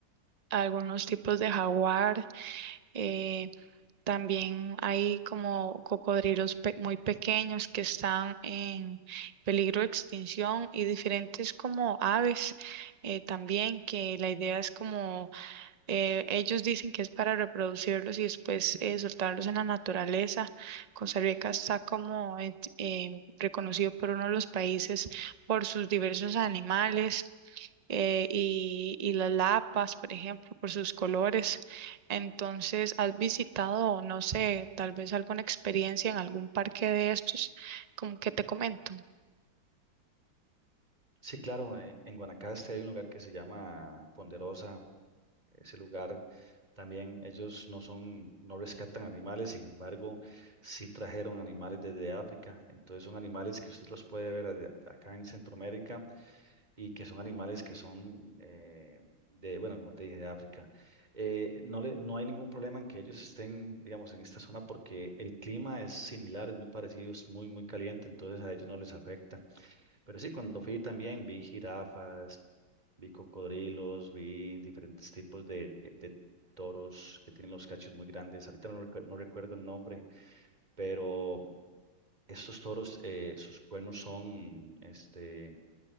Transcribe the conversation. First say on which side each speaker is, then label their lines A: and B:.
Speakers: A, on the right; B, on the right.
A: algunos tipos de jaguar. eh, también hay como cocodrilos pe- muy pequeños que están en peligro de extinción y diferentes como aves eh, también, que la idea es como eh, ellos dicen que es para reproducirlos y después eh, soltarlos en la naturaleza. Costa Rica está como en- eh, reconocido por uno de los países por sus diversos animales eh, y, y las lapas, por ejemplo, por sus colores. Entonces, ¿has visitado, no sé, tal vez alguna experiencia en algún parque de estos, como que te comento?
B: Sí, claro, en, en Guanacaste hay un lugar que se llama Ponderosa ese lugar también. Ellos no son, no rescatan animales, sin embargo, sí trajeron animales desde África. Entonces son animales que usted los puede ver allá- acá en Centroamérica y que son animales que son eh, de, bueno, como te dije, de África. Eh, no le- no hay ningún problema en que ellos estén, digamos, en esta zona porque el clima es similar, es muy parecido, es muy, muy caliente, entonces a ellos no les afecta. Pero sí, cuando fui también vi jirafas, Vi cocodrilos, vi diferentes tipos de, de toros que tienen los cachos muy grandes. Ahorita no, recu- no recuerdo el nombre, pero estos toros, eh, sus cuernos son, este,